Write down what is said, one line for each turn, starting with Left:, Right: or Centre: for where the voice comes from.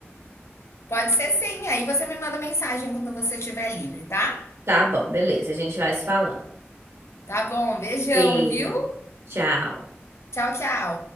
Left: Pode ser sim, aí você me manda mensagem quando você estiver livre, tá?
Right: Tá bom, beleza. A gente vai se falando.
Left: Tá bom, beijão,
Right: Beijo,
Left: viu?
Right: tchau.
Left: Tchau, tchau.